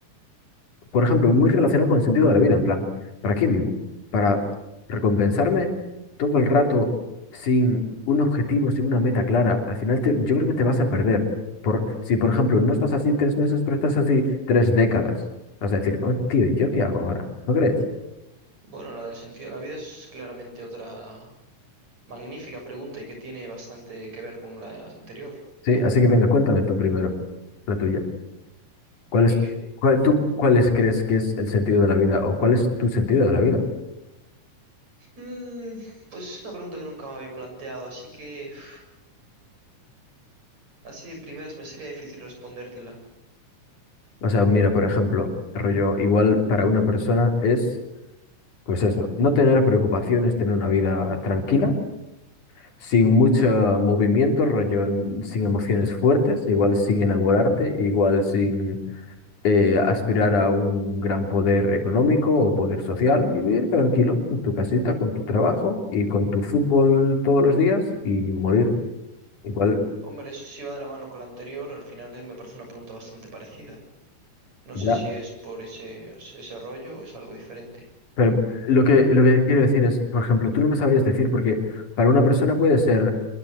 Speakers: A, on the left (about 70°); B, on the right (about 55°).
A: por ejemplo, muy relacionado con el sentido de la vida, en plan, ¿para qué vivo? ¿Para recompensarme todo el rato sin un objetivo, sin una meta clara? Al final te- yo creo que te vas a perder. Por, si, por ejemplo, no estás así tres meses, pero estás así tres décadas, vas a decir, oh, tío, ¿y yo qué hago ahora? ¿No crees?
B: Bueno, la del sentido de la vida es claramente otra magnífica pregunta y que tiene bastante que ver con la anterior.
A: Sí, así que venga, cuéntame tú primero, la tuya. ¿Cuál
B: Mique
A: es, cuál, tú, cuáles crees que es el sentido de la vida o cuál es tu sentido de la vida?
B: Mm, pues es una pregunta que nunca me había planteado, así que... uf, Así de primeras me sería difícil respondértela.
A: O sea, mira, por ejemplo, rollo, igual para una persona es... Pues eso, no tener preocupaciones, tener una vida tranquila, sin mucho movimiento, rollo, n- sin emociones fuertes, igual sin enamorarte, igual sin eh, aspirar a un gran poder económico o poder social, y vivir tranquilo en tu casita, con tu trabajo y con tu fútbol todos los días y morir. Igual,
B: Hombre, eso sí va de la mano con la anterior, al final eh, me parece una pregunta bastante parecida. No sé
A: ya.
B: si es por ese, ese rollo o es algo diferente.
A: Pero lo que, lo que quiero decir es, por ejemplo, tú no me sabrías decir, porque para una persona puede ser